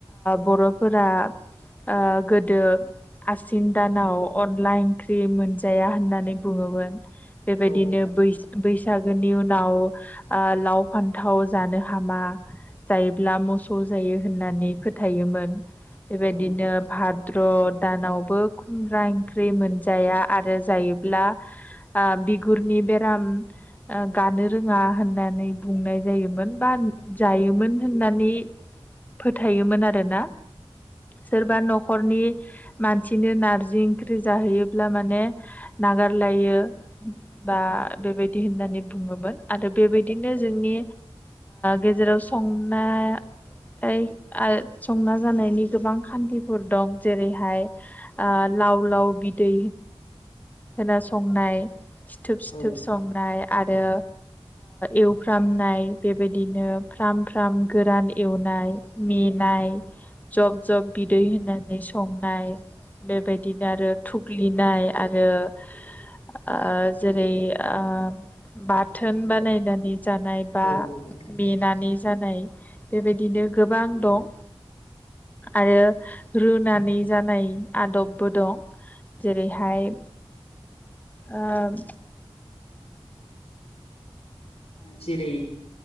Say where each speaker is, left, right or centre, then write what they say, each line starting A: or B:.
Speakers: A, on the left (about 15°); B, on the left (about 75°).
A: बर'फोरा ओ गोदो आसिन दानाव अनला ओंख्रि मोनजाया होननानै बुंङोमोन बेबायदिनो
B: औ
A: बै बैसागोनि उनाव लाव फान्थाव जानो हामा जायोब्ला मोसौ जायो होननानै फोथायोमोन बेबायदिनो
B: औ
A: सद्र' दानावबो खुमब्रा ओंख्रि मोनजाया आरो जायोब्ला बिगुरनि बेराम गानो रोंङा होननानै बुंनाय जायोमोन बा जायोमोन होननानै फोथायोमोन आरोना सोरबा न'खर न'खरनि मानसिनो नारजि ओंख्रि जाहैयोब्ला माने नागारलायो बा बेबायदि होननानै बुंङोमोन आरो बेबायदिनो जोंनि गेजेराव सनाय संना जानाय नि गोबां खान्थिफोर दं जेरैहाय लाव लाव बिदै होना संनाय सिथोब सिथोब
B: औ
A: संनाय आरो एवफ्रामनाय बेबायदिनो फ्राम फ्राम गोरान एवनाय मेनाय जब जब बिदै होनानै संनाय बेबायदिनो आरो थुग्लिनाय आरो ओ जेरै ओ बाथोन बानायनानै जानाय बा
B: औ
A: मेनानै जानाय बेबायदिनो गोबां दं आरो रुनानै जानाय आदबबो दं जेरैहाय ओह
B: जेरै